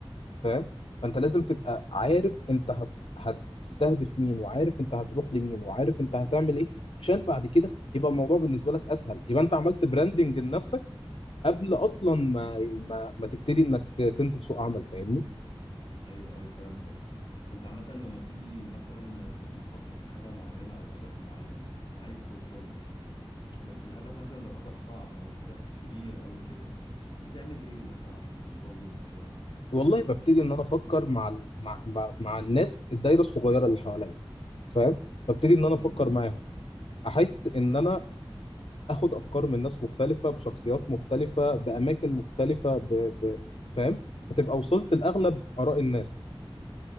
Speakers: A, on the left; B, on the left.
A: فاهم فانت لازم تبقى عارف انت هت... هتستهدف مين وعارف انت هتروح لمين وعارف انت هتعمل ايه عشان بعد كده يبقى الموضوع بالنسبه لك اسهل يبقى انت عملت براندنج لنفسك قبل اصلا ما ما, ما تبتدي انك ت- تنزل سوق عمل فاهمني
B: ايوه ايوه فاهم قصدك انت عامة لما بتيجي مثلا بتبقى مخطط لحاجة معينة او هدف معين وعايز توصل له بس الهدف مثلا لو هدف صعب او هدف كبير قوي كده بتعمل ايه مثلا عشان توصل له وكده
A: والله ببتدي ان انا افكر مع ال- مع مع مع الناس الدايره الصغيره اللي حواليا فاهم ببتدي ان انا
B: امم
A: افكر معاهم احس ان انا اخد افكار من ناس مختلفه بشخصيات مختلفه باماكن مختلفه ب... ب... فاهم فتبقى وصلت لاغلب اراء الناس